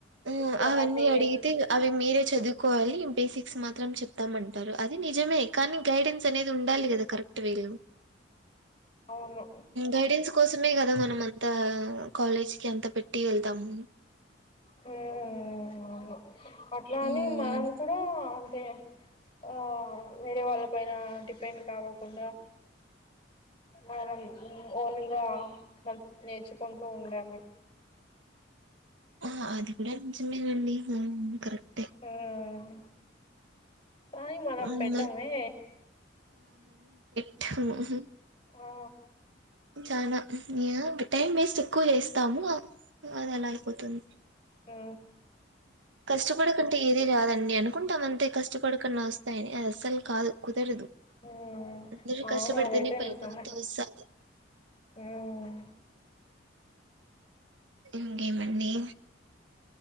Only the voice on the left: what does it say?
ఇష్ట
అంటే
ఏం
అవును
హ్మ్ అవును అట్లా
అని మనం కూడా అంటే ఆ వేరే వాళ్ళ పైన డిపెండ్ కావకుండా మనం ఓన్గా నేర్చుకుంటూ ఉండాలి
ఉమ్ కానీ మనం
పెట్టమే
ఆ
ఉ
మ్మ్
అవును
అదైతే
నిజమే
మ్మ్